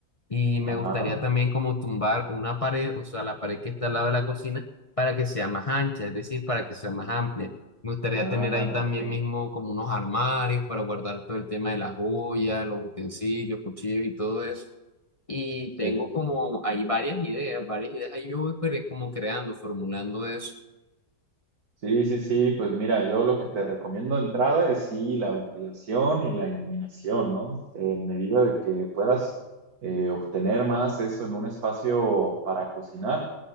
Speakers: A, on the left; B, on the right.
A: y me
B: Ajá,
A: gustaría también como tumbar una pared, o sea, la pared que está al lado de la cocina, para que sea más ancha, es decir, para que sea más amplia. Me gustaría
B: ah,
A: tener ahí también
B: ok,
A: mismo como unos armarios para guardar todo el tema de las joyas, los utensilios, cuchillos y todo eso. Y
B: sí.
A: tengo como, hay varias ideas, varias ideas ahí yo voy cre- como creando, formulando eso.
B: Sí, sí, sí, pues mira, yo lo que te recomiendo de entrada es sí la ventilación y la iluminación, ¿no? En medida de que puedas eh, obtener más eso en un espacio para cocinar,